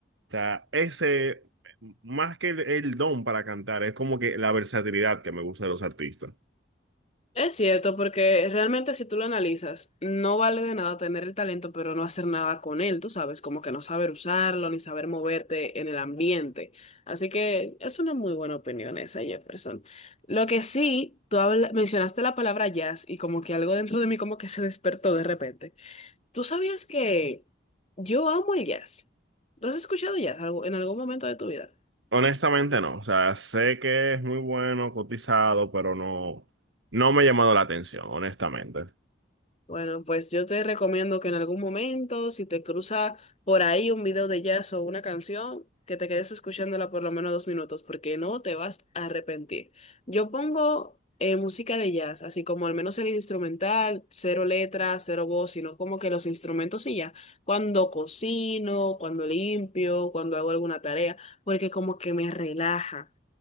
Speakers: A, on the right (about 75°); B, on the left (about 35°).
A: O sea, ese, más que el, el don para cantar, es como que la versatilidad que me gusta de los artistas.
B: Es cierto, porque realmente si tú lo analizas, no vale de nada tener el talento, pero no hacer nada con él, tú sabes, como que no saber usarlo ni saber moverte en el ambiente. Así que es una muy buena opinión esa, Jefferson. Lo que sí, tú habla- mencionaste la palabra jazz y como que algo dentro de mí como que se despertó de repente. ¿Tú sabías que yo amo el jazz? ¿Lo has escuchado jazz algo- en algún momento de tu vida?
A: Honestamente no, o sea, sé que es muy bueno, cotizado, pero no, no me ha llamado la atención, honestamente.
B: Bueno, pues yo te recomiendo que en algún momento, si te cruza por ahí un video de jazz o una canción, que te quedes escuchándola por lo menos dos minutos, porque no te vas a arrepentir. Yo pongo eh, música de jazz, así como al menos el instrumental, cero letras, cero voz, sino como que los instrumentos y ya. Cuando cocino, cuando limpio, cuando hago alguna tarea, porque como que me relaja.